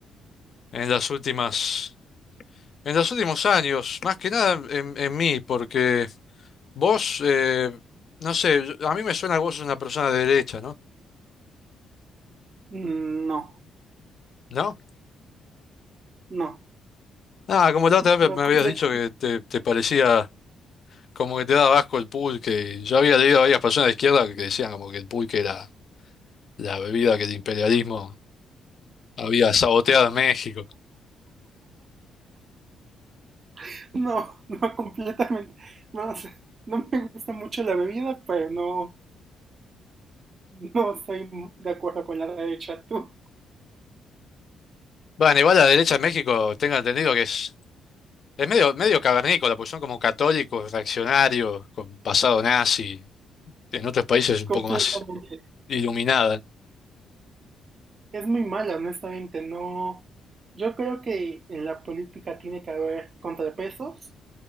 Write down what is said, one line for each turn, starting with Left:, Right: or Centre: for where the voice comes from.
Left: en las últimas, en los últimos años, más que nada en, en mí, porque vos, eh, no sé, yo- a mí me suena que vos sos una persona de derecha, ¿no?
Right: Mm, No,
Left: ¿No?
Right: no,
Left: Ah, como la otra vez
Right: no,
Left: me habías
Right: completa,
Left: dicho que te, te parecía como que te daba asco el pulque, y yo había leído a varias personas de izquierda que decían como que el pulque era la bebida que el imperialismo había saboteado en México.
Right: <laughs> no, no completamente. No, o sea, no me gusta mucho la bebida, pero no, no estoy de acuerdo con la derecha. Tú,
Left: Bueno, igual la derecha en México, tengo entendido que es, es medio, medio cavernícola, pues son como católicos, reaccionarios, con pasado nazi. En otros países es
Right: completamente.
Left: un poco más iluminada.
Right: Es muy mala, honestamente. No, yo creo que en la política tiene que haber contrapesos,